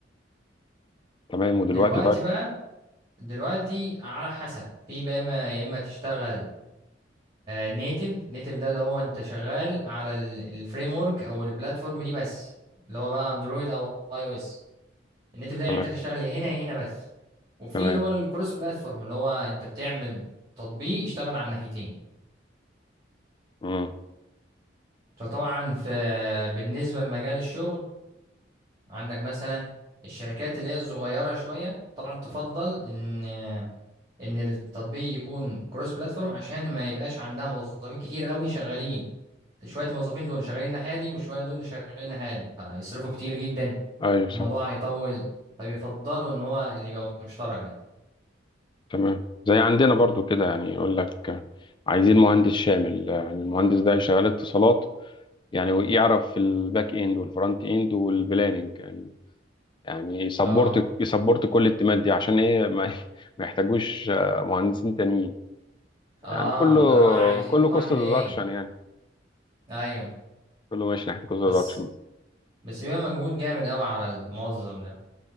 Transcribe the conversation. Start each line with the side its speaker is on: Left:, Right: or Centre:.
Left: تمام ودلوقتي
Right: دلوقتي
Left: طيب
Right: بقى دلوقتي على حسب في بقى إما يا إما تشتغل نيتف نيتف ده اللي هو أنت شغال على الفريم ورك أو البلاتفورم دي بس اللي هو بقى أندرويد أو أي أو إس ان انت بتاعي
Left: تمام
Right: يعني انت هتشتغل يا هنا يا هنا بس وفي
Left: تمام
Right: اللي هو الكروس بلاتفورم اللي هو انت بتعمل تطبيق يشتغل على الناحيتين
Left: امم
Right: فطبعا في بالنسبه لمجال الشغل عندك مثلا الشركات اللي هي الصغيره شويه طبعا تفضل ان ان التطبيق يكون كروس بلاتفورم عشان ما يبقاش عندها موظفين كتير قوي شغالين شويه الموظفين دول شغالين الناحيه دي وشويه دول شغالين الناحيه دي فيصرفوا كتير جدا
Left: ايوه صح
Right: الموضوع هيطول فبيفضلوا ان هو اللي يبقى مشترك ده
Left: تمام زي عندنا برضو كده يعني يقول لك عايزين مهندس شامل يعني المهندس ده شغال اتصالات يعني ويعرف في الباك اند والفرونت اند والبلاننج يعني يسبورت
Right: اه
Left: يسبورت كل التيمات دي عشان ايه ما <laughs> ما يحتاجوش مهندسين تانيين يعني
Right: اه
Left: كله
Right: ده انا بقى عايزين
Left: كله كوست
Right: واحد
Left: ديدكشن
Right: ايه
Left: يعني
Right: ايوه
Left: كله ماشي ناحيه كوست
Right: بس
Left: ديدكشن
Right: بس بيبقى مجهود جامد قوي على الموظف ده